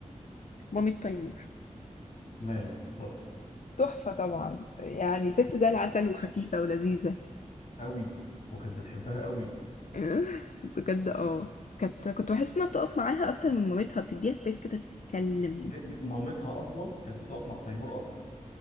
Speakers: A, on the left; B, on the left.
A: مامة تيمور
B: ماله تحفه
A: تحفة طبعا يعني ست زي العسل وخفيفة ولذيذة
B: قوي وكانت بتحبها قوي
A: آه، بجد اه كانت كنت بحس انها بتقف معاها اكتر من مامتها بتديها سبيس كده تتكلم
B: جد... مامتها اصلا كانت بتقف مع تيمور اكتر